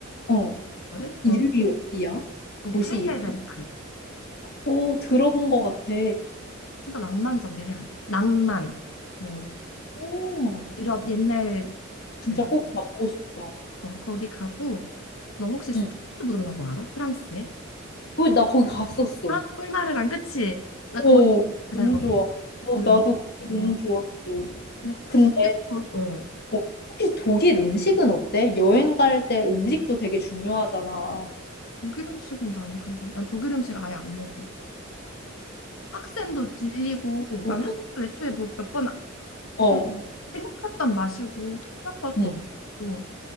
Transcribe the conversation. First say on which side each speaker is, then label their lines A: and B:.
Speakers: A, on the left; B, on the left.
A: 어.
B: 거든.
A: 이름이
B: 거,
A: 어디야?
B: 거기
A: 도시
B: 하이델베르크.
A: 이름? 오, 들어본 것 같아.
B: 진짜 낭만적이야. 그냥 낭만. 뭐
A: 오,
B: 유럽 옛날 그
A: 진짜 꼭 가보고 싶다.
B: 어, 거기 가고 너 혹시 스타스
A: 응.
B: 부르려고 알아? 프랑스에?
A: 어, 나 거기 갔었어.
B: 아, 꿀마르랑 그치? 나
A: 오,
B: 거기
A: 너무
B: 살거든.
A: 좋아. 어,
B: 거기
A: 나도
B: 엄청
A: 거기
B: 좋아하고.
A: 너무 좋았어.
B: 근데
A: 근데
B: 근데 거- 어
A: 어, 혹시 독일 음식은 어때? 여행 갈 때 음식도 되게 중요하잖아.
B: 독일 음식은 나는 근데 난 독일 음식 아예 안 먹어. 학센도 질리고
A: 어,
B: 난 학센도 애초에 뭐 몇 번
A: 어,
B: 그냥 생각했던 맛이고 특별한 것도
A: 응.
B: 없고